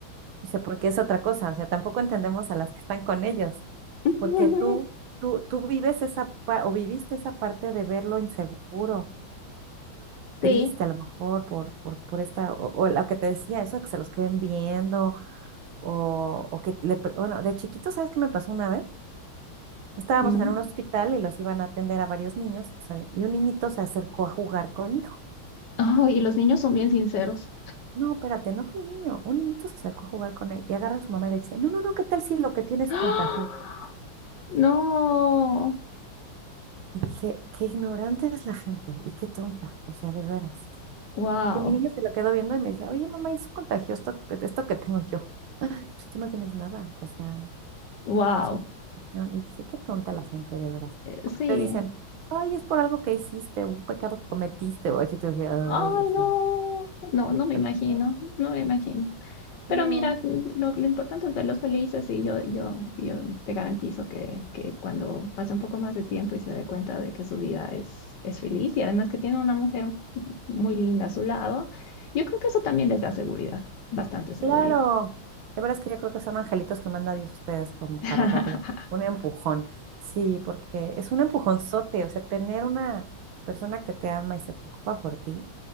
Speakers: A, on the right; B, on the left.
A: Dice, porque es otra cosa, o sea, tampoco entendemos a las que están con ellos,
B: <laughs>
A: porque tú, tú, tú vives esa pa- o viviste esa parte de verlo inseguro, triste
B: Sí.
A: a lo mejor por, por, por esta, o, o lo que te decía, eso de que se los queden viendo, o, o que le, pre- bueno, de chiquito, ¿sabes qué me pasó una vez? Estábamos
B: Mm.
A: en un hospital y los iban a atender a varios niños, ¿sabes? Y un niñito se acercó a jugar con mi hijo.
B: Ay, y los niños son bien sinceros.
A: No, espérate, no fui niño, un niñito se acercó a jugar con él y agarra a su mamá y le dice, no, no, no, ¿qué tal si lo que tienes
B: ¡Ah!
A: contagio?
B: No,
A: Y dije, qué ignorante es la gente y qué tonta, o sea, de veras.
B: wow,
A: Que mi niña se lo quedó viendo y me decía, oye, mamá, es contagioso esto que, esto que tengo yo. Pues tú no tienes nada, o sea,
B: wow.
A: es una contagión". Y dije, qué tonta la gente, de veras. Porque
B: sí,
A: te dicen, ay, es por algo que hiciste, un pecado que cometiste, o así te decía,
B: ay,
A: ay, o sea,
B: no, no, no
A: <laughs>
B: me imagino, no me imagino. Pero
A: no.
B: mira, lo, lo importante es verlos felices y yo, yo, yo te garantizo que, que cuando pase un poco más de tiempo y se dé cuenta de que su vida es, es feliz y además que tiene una mujer muy linda a su lado, yo creo que eso también les da seguridad, bastante seguridad.
A: Claro, de veras que yo creo que son angelitos que manda Dios a ustedes como
B: <laughs>
A: para darle un empujón. Sí, porque es un empujonzote, o sea, tener una persona que te ama y se preocupa por ti